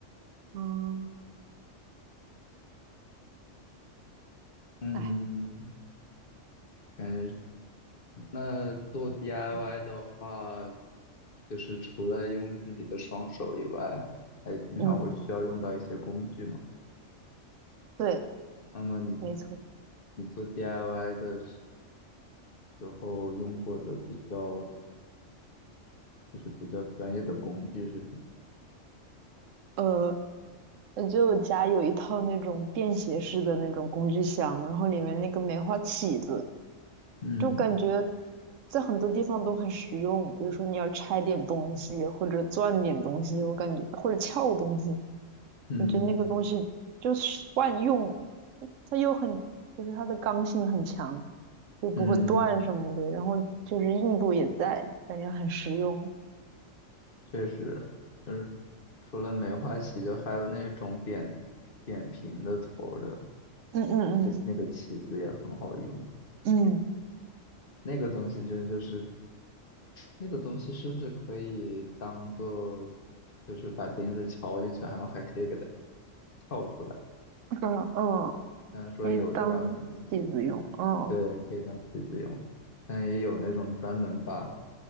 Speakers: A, on the right; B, on the left.
A: 嗯，
B: 嗯，
A: 哎，
B: 感觉那做 DIY 的话，就是除了用自己的双手以外，还经常会需要用到一些工具嘛。
A: 嗯，对，
B: 那么你
A: 没错。
B: 你做 DIY 的时时候用过的比较就是比较专业的工具是什么？
A: 呃，就我家有一套那种便携式的那种工具箱，然后里面那个梅花起子。
B: 嗯
A: 就感觉在很多地方都很实用，比如说你要拆点东西，或者钻点东西，我感觉或者撬东西，
B: 嗯
A: 我觉得那个东西就是万用，它又很就是它的刚性很强，就不会断什么的，
B: 嗯，
A: 然后就是硬度也在，感觉很实用。
B: 确实，就是除了梅花起，就还有那种扁扁平的头儿的
A: 嗯嗯嗯
B: 那个那个起子也很好用。
A: 嗯
B: 那个东西真就是那个东西是不是可以当做，就是把钉子敲进去，然后还可以给它撬出来？
A: 嗯嗯，
B: 虽然说有专门的，
A: 可以当嗯，器子用，嗯。
B: 对，可以当棋子用，但也有那种专门把